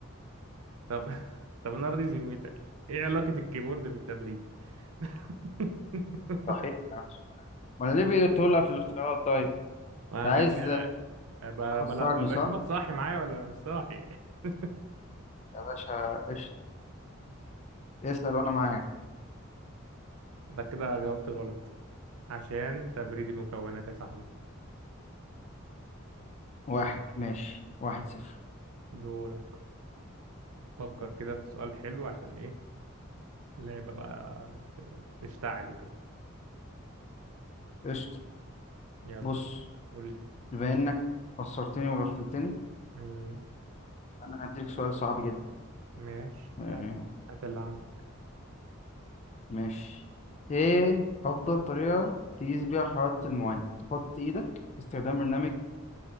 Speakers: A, on the right; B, on the left.
A: طب <laughs> طب أنا راضي ذمتك إيه علاقة الكيبورد بالتبريد؟ <laughs>
B: صحيح ماشي. ما أنا ليه بتقولها في الاختيارات طيب
A: عشان
B: أنت عايز
A: كده ب-
B: تخسرني
A: بلا- ب- بشوفك
B: صح؟
A: صاحي معايا ولا مش صاحي <laughs>
B: يا باشا قشطة اسأل وأنا معاك
A: ده كده جاوبت غلط عشان تبريد المكونات يا صاحبي
B: واحد ماشي واحد صفر
A: دورك فكر كده في سؤال حلو عشان ايه اللعبة بقى ت- تشتعل وكده
B: قشطة
A: يلا
B: بص
A: قول لي
B: بما إنك خسرتني وغفلتني
A: مم،
B: أنا هديلك سؤال صعب
A: ماشي
B: جدا
A: هات هات اللي عندك
B: ماشي ايه افضل طريقة تقيس بيها حرارة المعالج تحط ايدك باستخدام برنامج